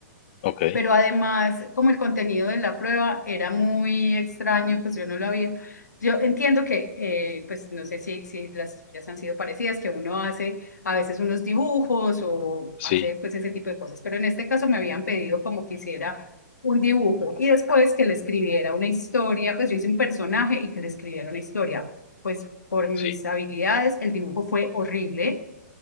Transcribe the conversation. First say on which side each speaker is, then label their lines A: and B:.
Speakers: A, on the left; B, on the left.
A: ok,
B: pero además como el contenido de la prueba era muy extraño, pues yo no lo había. Yo entiendo que, eh, pues no sé si, si las tuyas han sido parecidas, que uno hace a veces unos dibujos o
A: sí,
B: hace pues ese tipo de cosas, pero en este caso me habían pedido como que hiciera un dibujo y después que le escribiera una historia, pues yo hice un personaje y que le escribiera una historia. Pues por mis
A: sí,
B: habilidades el dibujo fue horrible